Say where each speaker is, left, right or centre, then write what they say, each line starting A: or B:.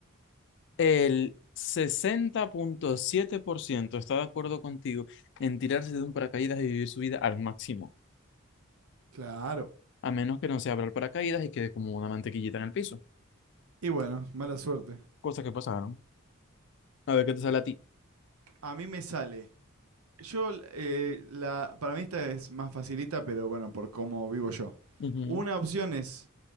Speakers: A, on the left; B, on the right.
A: El sesenta punto siete por ciento está de acuerdo contigo en tirarse de un paracaídas y vivir su vida al máximo,
B: Claro.
A: a menos que no se abra el paracaídas y quede como una mantequillita en el piso.
B: Y bueno, mala suerte.
A: Cosas que pasaron. A ver qué te sale a ti.
B: A mí me sale Yo, eh, la, para mí esta es más facilita, pero bueno, por cómo vivo yo.
A: Ujú,
B: Una opción es